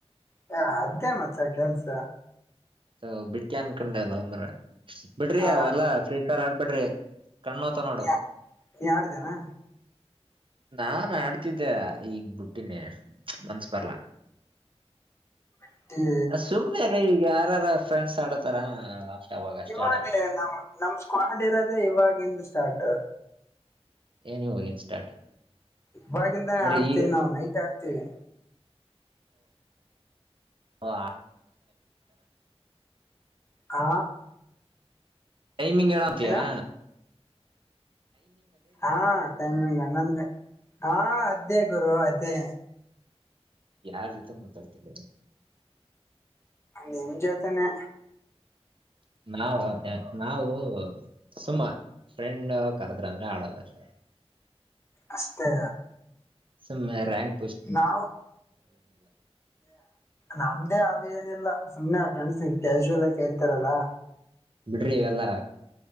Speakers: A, on the left; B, on the right.
A: ಹ ಅದೇ ಮಸ ಕೆಲ್ಸ
B: ಹ ಬಿಡ್ಕಿ ಅನ್ಕೊಂಡೆಲ್ಲ ಒಂದ್ರ ಬಿಡ್ರಿ
A: ಆ
B: ಅವೆಲ್ಲಾ ಫ್ರೀ ಫೈರ್ ಆಡ್ಬಿಡ್ರಿ ಕಣ್ಣೋತ ನೋಡು
A: ನೀ ನೀ ಆಡ್ದೇನಾ
B: ನಾ ಆಡ್ತಿದ್ದೆ ಈಗ್ ಬುಟ್ಟಿನೇ ಮನ್ಸ್ ಬರ್ಲ್ಲ
A: ಬಿಟ್ಟಿ
B: ಸುಮ್ನೆ ಅಲ್ಲ ಈಗ ಯಾರಾರ ಫ್ರೆಂಡ್ಸ್ ಆಡತಾರ ಅಷ್ಟ ಅವಾಗ ಅಷ್ಟೇ
A: ಇವಾಗ್ಲೇ
B: ಆಡೋದು
A: ನಮ್ ನಮ ಸ್ಕ್ವಾಡ್ ಇರೋದೆ ಇವಾಗಿಂದ ಸ್ಟಾರ್ಟ್
B: ಎನಿ ವಗನ್ ಸ್ಟಾರ್ಟ್
A: ಇವಾಗಿಂದಾನೇ
B: ಅಂದ್ರೆ
A: ಆಡ್ತೇವಿ
B: ಈಗ
A: ನಾವು ನೈಟ್ ಆಡ್ತೇವಿ
B: ಆ
A: ಹಾ
B: ಟೈಮಿಂಗ್ ಏಳಾಮತಿಯಾ
A: ಏನ ಹಾ ಟೈಮಿಂಗ್ ಅನ್ನಂದ್ರೆ ಹಾ ಅದೇ ಗುರುವ ಅದೇ
B: ಯಾವ ರೀತಿ ಮಾತಾಡ್ತಿಲ್ಲ
A: ನಿಮ್ ಜೊತೆನೆ
B: ನಾಾವ ನಾವು ಸುಮ ಫ್ರೆಂಡ್ ಕರ್ದ್ರ ಅಂದ್ರೆ ಆಡೋದಷ್ಟೇ
A: ಅಷ್ಟತೇ
B: ಸ ರಂಕ್
A: ನಾವು ನಮ್ದೇ ಅದೇಏನಿಲ್ಲ ಸುಮ್ಮನೆ ಆ ಫ್ರೆಂಡ್ಸ್ ಈಗ ಕಾಜುವಲ್ ಆಿ ಕೇರಿತಾರಲ್ಲಾ
B: ಬಿಡ್ರಿ ಇವೆಲ್ಲಾ